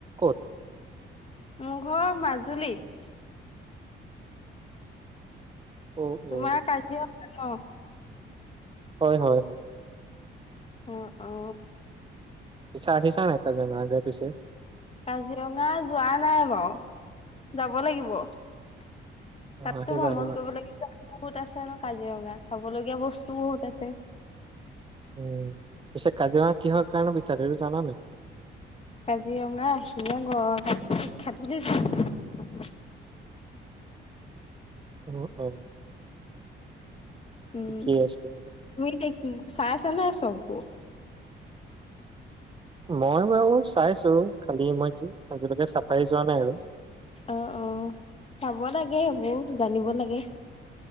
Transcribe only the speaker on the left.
মোৰ ঘৰ মাজুলীত।
তোমাৰ
কাজিৰঙা ন?
অ অ।
কাজিৰঙা যোৱা নাই বাও যাব লাগিব। তাতো
ভ্ৰমণ
কৰিব লাগিব, বহুত আছে ন কাজিৰঙাত। চাবলগীয়া বস্তু বহুত আছে।
কাজিৰঙা এহিঙীয়া গড়ৰ কাৰণে বিখ্যাত বুলি জানো।
উম,
তুমি চাইছানে চববোৰ।
অ অ চাব লাগে সেইবোৰ জানিব লাগে।